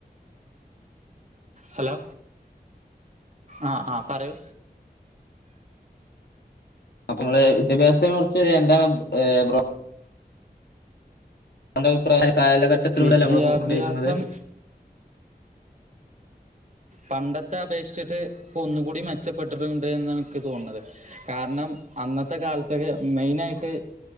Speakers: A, on the right; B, on the left.
A: ഹലോ ആഹ ആ പറയൂ
B: അപ്പൊ നമ്മള് വിദ്യാഭ്യാസത്തിനെ കുറിച്ച് എന്താണ് ബ്രേ അന്റഅഭിപ്രായം കാലഘട്ടത്തിലൂടെയല്ലേ
A: വിദ്യാഭ്യാസം
B: നമ്മളിപ്പോകൊണ്ടിരിക്കുന്നത്
A: പണ്ടത്തെ അപേക്ഷിച്ചിട്ട് ഇപ്പോൾ ഒന്നുകൂടി മെച്ചപ്പെട്ടിട്ടുണ്ട് എന്ന് എനിക്ക് തോന്നുന്നത് കാരണം അന്നത്തെ കാലത്തൊക്കെ മെയിനായിട്ട്